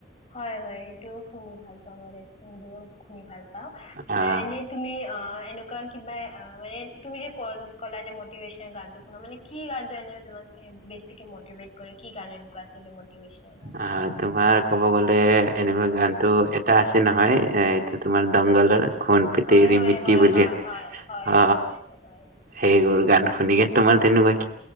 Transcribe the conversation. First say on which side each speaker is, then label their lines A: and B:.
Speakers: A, on the left; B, on the right.
A: হয় হয় সেইটোও খুউব ভাল পাওঁ মই ৰেপ চং বোৰো শুনি ভাল পাওঁ।
B: আহ
A: আৰু এনেই তুমি, অহ এনেকুৱা কিবা, মানে তুমি যে ক কলা যে মটিভেশচনেল গানটো শুনা, মানে কি গানটো এনে তোমাক বেছিকে মটিভেট কৰে, কি গান এনেকুৱা আ ছিলে মটিভেচনৰ গান।
B: আহ তোমাৰ ক'ব গ'লে এনেকুৱা গানটো এটা আছে নহয়, এইটো তোমাৰ দংগলৰ। খুন পিতেৰি
A: হয় হয়,
B: মিটি
A: হয়
B: বুলি
A: হয়, হয়, হয়,
B: অ
A: এইটো কাৰণতে হয়।
B: সেইবোৰ গান শুনিয়ে তোমাৰ তেনেকুৱাকে